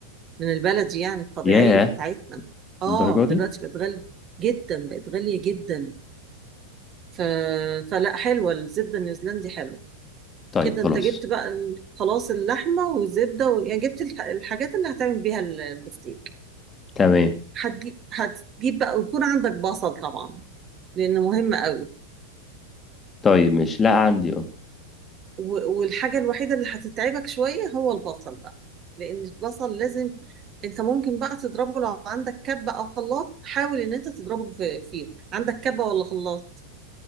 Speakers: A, on the right (about 30°); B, on the left (about 20°).
A: من البلدي يعني الطبيعية
B: ياه
A: بتاعتنا اه
B: الدرجة دي
A: دلوقتي بقت غالية جدا بقت غالية جدا ف... فلا حلوة الزبدة النيوزيلندي حلوة
B: طيب
A: كده
B: خلاص
A: انت جبت بقى ال- خلاص اللحمة والزبدة و... يعني جبت الح- الحاجات اللي هتعمل بيها ال- البفتيك
B: تمام
A: هتجيب هتجيب بقى ويكون عندك بصل طبعا لأنه مهم قوي
B: طيب مش لا عندي اه
A: و- والحاجة الوحيدة اللي هتتعبك شوية هو البصل بقى لأن البصل لازم أنت ممكن بقى تضربه لو عندك كبة أو خلاط حاول إن أنت تضربه في فيه عندك كبة ولا خلاط